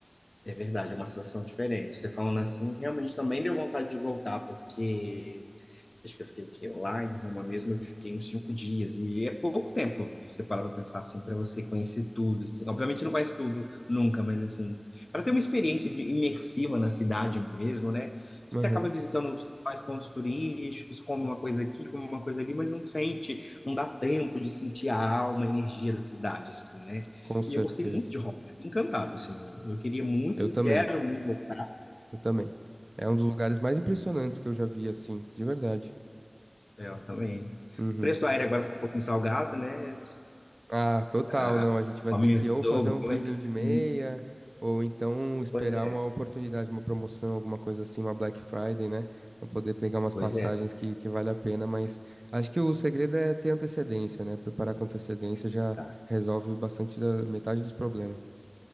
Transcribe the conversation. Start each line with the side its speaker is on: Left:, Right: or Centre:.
Left: É verdade, é uma sensação diferente. Você falando assim, realmente também deu vontade de voltar, porque Acho que eu fiquei o quê? Lá em Roma mesmo, eu fiquei uns cinco dias. E é pouco tempo, você para pra pensar assim, para você conhecer tudo, assim. Obviamente não conhece tudo nunca, mas assim, para ter uma experiência de- imersiva na cidade mesmo, né? Você
Right: Aham,
Left: acaba visitando os principais pontos turísticos, come uma coisa aqui, come uma coisa ali, mas não sente, não dá tempo de sentir a alma, a energia da cidade, assim, né?
Right: com certeza.
Left: E eu gostei muito de Roma, fiquei encantado, assim. Eu queria muito,
Right: Eu também,
Left: quero muito voltar.
Right: eu também. É um dos lugares mais impressionantes que eu já vi, assim, de verdade.
Left: É, Eu também.
Right: Uhum.
Left: O preço do aéreo agora está um pouquinho salgado, né?
Right: Ah, total,
Left: Ah,
Right: não. A gente vai
Left: aumentou
Right: ter que ou fazer um pezinho
Left: muito, sim.
Right: de meia, ou então esperar
Left: Pois é,
Right: uma oportunidade, uma promoção, alguma coisa assim, uma Black Friday, né? Pra poder pegar umas
Left: pois
Right: passagens
Left: é, tem que
Right: que, que vale a pena. Mas acho que o segredo é ter antecedência, né? Preparar com antecedência já
Left: estar.
Right: resolve bastante da metade dos problemas.